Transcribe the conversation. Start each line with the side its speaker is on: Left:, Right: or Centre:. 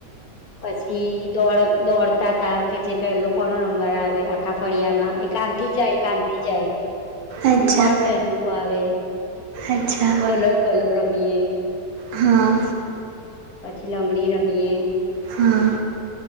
Left: પછી દોડ દોડતા તા કે જે પેલો કોનો નંબર આવે આખા ફળિયામાં એક આમ થી જાય‌ એક આમ થી જાય
Right: અચ્છા
Left: અને કોણ પહેલું આવે
Right: અચ્છા
Left: કલર કલર રમીએ
Right: હા
Left: પછી લંગડી રમીએ
Right: હા